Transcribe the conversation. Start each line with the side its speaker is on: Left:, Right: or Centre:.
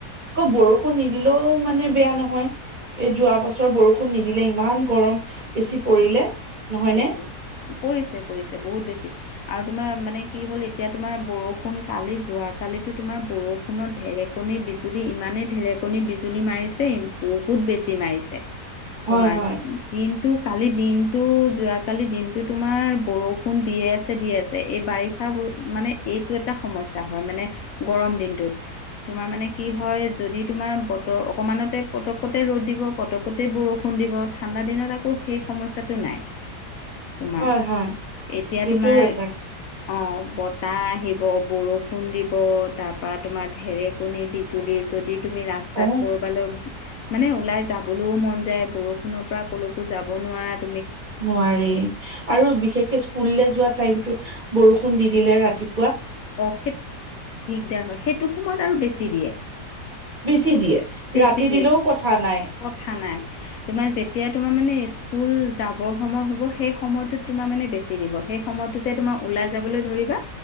Right: কৌ বৰষুণ নিদিলেও মানে বেয়া নহয়। এই যোৱা বছৰ বৰষুণ নিদিলে ইমান গৰম বেছি পৰিলে। নহয়নে
Left: বেছি পৰিছে পৰিছে বহুত বেছি আ। তোমাৰ মানে কি হ'ল এতিয়া তোমাৰ বৰষুণ কালি যোৱাকালিতো তোমাৰ বৰষুণত ঢেৰেকণী বিজুলী ইমানেই ঢেৰেকনি বিজুলুলি মাৰিছে বহুত বেছি মাৰিছে।
Right: হয়
Left: তোমাৰ
Right: হয়
Left: দিনটো কালি দিন টো যোৱাকালি দিনটো তোমাৰ বৰষুণ দিয়ে আছে দিয়ে আছে এই বাৰিষা মানে। এইটো এটা সমস্যা হয় মানে গৰম দিনটোত। তোমাৰ মানে কি হয় যদি তোমাৰ বতৰ অকমানতে- পতকতে ৰ'দ দিব পতককতে বৰষুণ দিব ঠাণ্ডা দিনত আকৌ সেই সমস্যাটো নাই। তোমাৰ
Right: হয় হয়
Left: এতিয়া
Right: সেইটোও
Left: তোমাৰ
Right: এটা
Left: অ বতাহ আহি- ব বৰষুণ দিব তাৰপৰা তোমাৰ ঢেৰেকণী বিজুলী যদি তুমি ৰাস্তাত
Right: অ
Left: কৰবালৈ মানে ওলাই যাবলৈও মন যায় বৰষুণৰ পৰা ক'লৈকো যাব নোৱাৰাত।
Right: নোৱাৰি আৰু বিশেষকে স্কুললৈ যোৱা টাইমতত বৰষুণ দি দিলে ৰাতি
Left: অ হে দিগদাৰ হয় সেইটো সময়ত আৰু বেছি দিয়ে।
Right: বেছি
Left: সেইটো
Right: দিয়ে
Left: বেছি
Right: ৰাতি
Left: দিয়ে
Right: দিলেও কথা নাই
Left: কথা নাই। তোমাৰ যেতিয়া তোমাৰ মানে স্কুল যাবৰ সময় হ'ব সেই সময়টোত তোমাৰ মানে বেছি দিব। সেই সময়টোতে তোমাৰ ওলাই যাবলৈ ধৰিবা